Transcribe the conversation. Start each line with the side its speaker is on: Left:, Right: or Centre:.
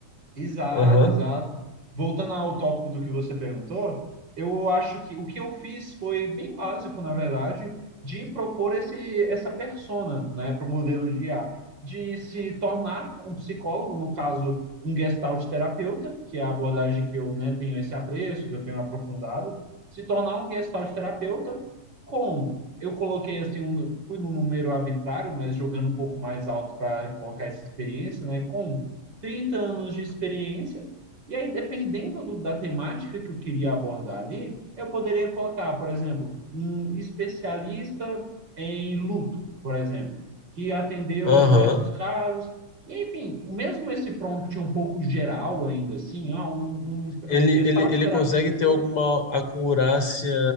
Right: Exato,
Left: Aham,
Right: exato. Voltando ao tópico do que você perguntou, eu acho que o que eu fiz foi bem básico, na verdade, de propor esse, essa persona, né, para o modelo de IA, de se tornar um psicólogo, no caso, um gestalt terapeuta, que é a abordagem que eu, né, tenho esse apreço, que eu tenho aprofundado, se tornar um gestalt terapeuta com eu coloquei assim um, fui num número arbitrário, mas jogando um pouco mais alto para colocar essa experiência, né, com 30 anos de experiência. E aí, dependendo do- da temática que eu queria abordar ali, eu poderia colocar, por exemplo, um especialista em luto, por exemplo, que atendeu
Left: aham.
Right: diversos casos. E, enfim, mesmo esse prompt um pouco geral, ainda assim, ó, um, um,
Left: Ele,
Right: um gestalt
Left: ele, ele
Right: terapeuta.
Left: consegue ter alguma acurácia